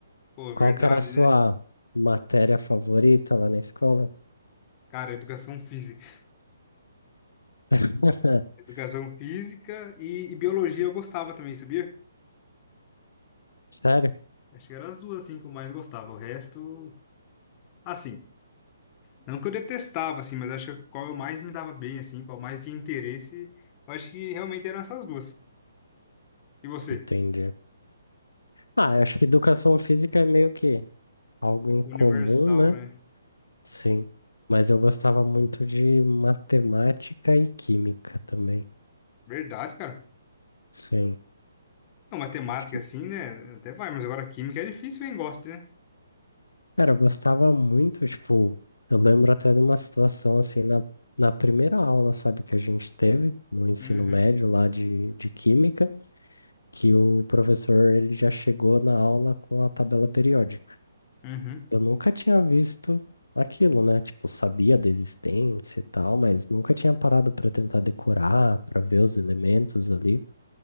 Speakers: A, on the left; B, on the left.
A: Pô, verdade,
B: Qual que era a sua
A: né?
B: matéria favorita lá na escola?
A: Cara, educação física.
B: <laughs>
A: <laughs> Educação física e, e biologia eu gostava também, sabia?
B: Sério?
A: Acho que eram as duas, assim, que eu mais gostava. O resto, assim, não que eu detestava, assim, mas acho que qual eu mais me dava bem, assim, qual mais tinha interesse, eu acho que realmente eram essas duas. E você?
B: Entendi. Ah, eu acho que educação física é meio que algo em
A: Universal,
B: comum, né?
A: né?
B: Sim, mas eu gostava muito de matemática e química também.
A: Verdade, cara.
B: Sim.
A: Não, matemática,
B: Acho que-
A: assim, né? Até vai, mas agora química é difícil quem gosta, né?
B: Cara, eu gostava muito, tipo, eu lembro até de uma situação assim na, na primeira aula, sabe, que a gente teve no ensino
A: Uhum,
B: médio lá de, de química, que o professor ele já chegou na aula com a tabela periódica.
A: uhum,
B: Eu nunca tinha visto aquilo, né? Tipo, sabia da existência e tal, mas nunca tinha parado para tentar decorar, para ver os elementos ali